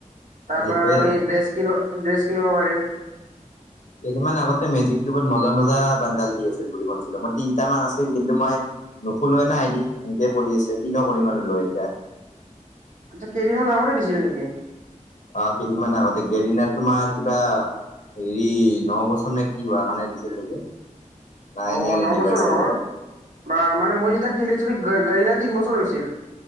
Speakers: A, on the right; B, on the left.
A: তাৰ
B: সেইটোয়ে
A: পৰা আৰু আমি ড্ৰেছ কিনো ড্ৰেছ কিনিব পাৰি।
B: কেইদিনমান আগতে মেজিক কিউবত মজা মজা বান্ডাল দি আছিল বুলি শো মোৰ তিনিটা মান আছিল কিন্তু মই নুখোলোৱে নাই এ দি এনেকে পৰি আছে কনো কৰিম আৰু লৈ এতিয়া।
A: আচ্ছা কেইদিনমান আগতে দিছিল নেকি?
B: অ কেইদিনমান আগতে গেৰিনাৰ তোমাৰ কিবা হেৰি ন বছৰ নে কি হোৱা কাৰণে দিছিল নেকি। নাইন
A: অ'
B: ইয়াৰ
A: ন
B: ইনিভাৰচেৰি
A: বছৰ হ'ল বা মানে মই যেতিয়া খেলিছিলো গাড়িনা তিন বছৰ হৈছিল।